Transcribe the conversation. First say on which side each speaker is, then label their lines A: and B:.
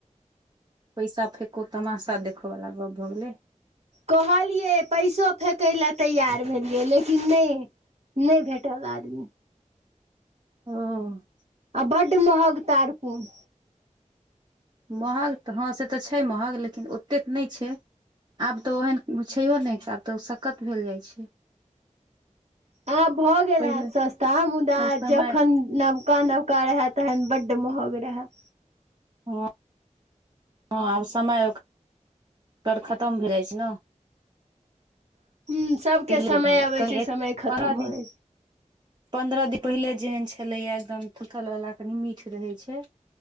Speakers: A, on the right; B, on the right.
A: पैसा फेको तमाशा देखो वला गप भऽ गेलै
B: कहलियै पैसो फेकय लए तैयार भेलियै लेकिन नहि नहि भेटल आदमी
A: हँ
B: आ बड महग तार कुन
A: महंग तऽ हँ से तऽ छै महंग लेकिन ओतेक नहि छै आब तऽ ओहन छैहो नहि आब तऽ ओ सक्कत भेल जाइ छै
B: आब भऽ गेल
A: पहिले
B: हेत सस्ता मुदा
A: आब समय
B: जखन नम का नवका रहय तहन बड्ड महंग रहै
A: हँ हँ आब समयक तर खतम भए जाइ छै न
B: ह सभके
A: प <unintelligible>
B: समय अबैत
A: कहीं
B: छै समय
A: एक
B: खतम
A: पंद्रह
B: भऽ
A: दिन
B: जाइ
A: पन्द्रह दिन पहिले जेहन छलैए एकदम <unintelligible> सुखलवला कनी मीठ रहै छै